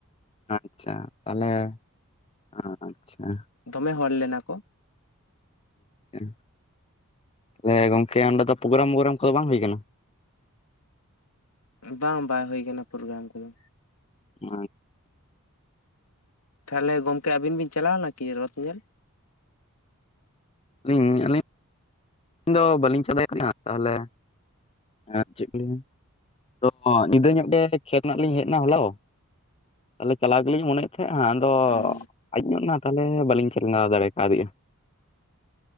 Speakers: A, on the left; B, on the left.
A: ᱟᱪᱪᱷᱟ ᱛᱟᱦᱞᱮ ᱚ ᱟᱪᱪᱷᱟ᱾
B: ᱫᱚᱢᱮ ᱦᱚᱲ ᱞᱮᱱᱟ ᱠᱚ᱾
A: ᱟᱪᱪᱷᱟ ᱛᱟᱦᱟᱞᱮ ᱜᱚᱢᱠᱮ ᱚᱸᱰᱮ ᱫᱚ ᱯᱨᱳᱜᱨᱟᱢ ᱢᱳᱜᱨᱟᱢ ᱠᱚ ᱫᱚ ᱵᱟᱝ ᱦᱩᱭ ᱠᱟᱱᱟ?
B: ᱵᱟᱝ ᱵᱟᱭ ᱦᱩᱭ ᱚᱠᱟᱱᱟ ᱯᱨᱳᱜᱨᱟᱢ ᱠᱚ ᱫᱚ᱾
A: ᱟᱸᱪ
B: ᱛᱟᱦᱚᱞᱮ ᱜᱚᱢᱠᱮ ᱟᱵᱤᱱ ᱵᱤᱱ ᱪᱟᱞᱟᱣᱞᱮᱱᱟ ᱠᱤ ᱨᱚᱛ ᱧᱮᱞ?
A: ᱞᱤᱧ ᱟᱹᱞᱤᱧᱼᱼ ᱤᱧ ᱫᱚ ᱵᱟᱞᱤᱧ <unintelligible> ᱠᱟᱱᱟ ᱛᱟᱦᱚᱞᱮ ᱟᱨ ᱪᱮᱫ ᱠᱚ ᱞᱟᱹᱭ ᱛᱚ ᱧᱤᱫᱟᱹ ᱧᱚᱸᱜᱮ ᱠᱷᱮᱛ ᱨᱮᱱᱟᱜ ᱞᱤᱧ ᱦᱮᱡ ᱮᱱᱟ ᱦᱚᱞᱟᱦᱚ ᱛᱟᱦᱚᱞᱮ ᱪᱟᱞᱟᱣ ᱜᱮᱞᱤᱧ ᱢᱚᱱᱮᱭᱮᱫ ᱛᱟᱦᱮᱸᱜ-ᱟ ᱟᱫᱚ
B: ᱦᱩᱸ
A: ᱟᱹᱣᱩᱵ ᱧᱚᱜ ᱮᱱᱟ ᱛᱟᱦᱚᱞᱮ ᱵᱟᱹᱞᱤᱧ ᱪᱟᱞᱟᱣ ᱫᱟᱲᱮ ᱠᱟᱣᱫᱮᱭᱟ᱾